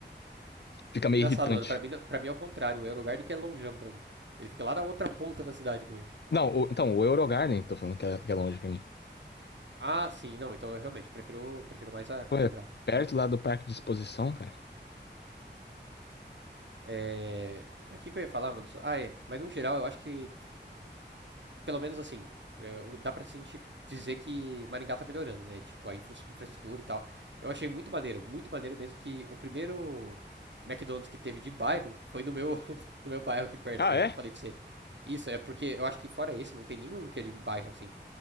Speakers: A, on the left; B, on the right.
A: fica meio
B: Engraçado,
A: irritante.
B: mano. Pra mim, não- pra mim é o contrário. É o lugar de que é longeão pra mim. Ele fica lá na outra ponta da cidade pra mim.
A: Não, o- então, o Eurogarden, tô falando que é, que é longe pra mim.
B: Ah, sim, não, então eu realmente prefiro, prefiro mais a catedral.
A: Pô, é perto lá do parque de exposição, cara.
B: É... Mas o que, que eu ia falar, mano? Ah, é, mas no geral eu acho que, pelo menos assim, eu- dá pra gente dizer que Maringá tá melhorando, né? Tipo, a infra- infraestrutura e tal. Eu achei muito maneiro, muito maneiro mesmo que o primeiro McDonald's que teve de bairro foi no meu, <laughs> no meu bairro aqui perto,
A: Ah,
B: né?
A: é?
B: Que eu falei pra você. Isso, é porque eu acho que fora esse não tem nenhum que é de um bairro assim.